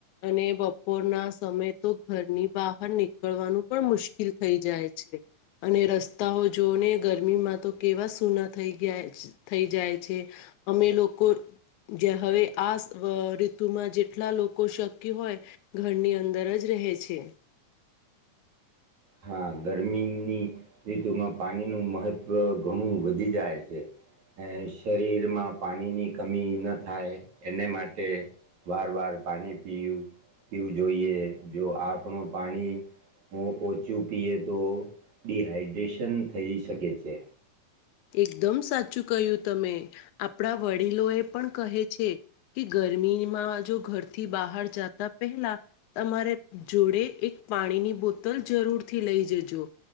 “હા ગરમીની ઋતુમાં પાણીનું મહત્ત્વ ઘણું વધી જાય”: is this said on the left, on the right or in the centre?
Right